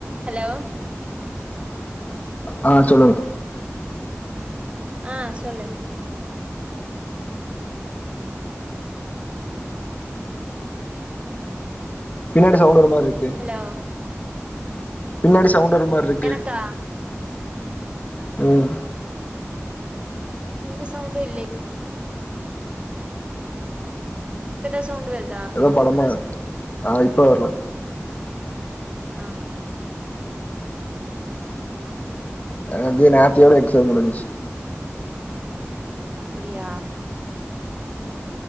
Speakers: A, on the right (about 25°); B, on the left (about 35°).
A: ஹலோ
B: ஆ சொல்லுங்கா
A: ஆ சொல்லு
B: பின்னாடி சவுண்ட் வர மாரி இருக்கு
A: ஹலோ
B: பின்னாடி சவுண்டு வர மாரி இருக்கு
A: எனக்கா
B: ம்
A: எந்த சவுண்டு இல்லயே இப்ப எதாது சவுண்டு வருது
B: ஏதோ படமா ஆ இப்ப வர்ல்ல
A: ஆ
B: அது நேத்தியோட எக்ஸாம் முடிஞ்சு
A: அப்டியா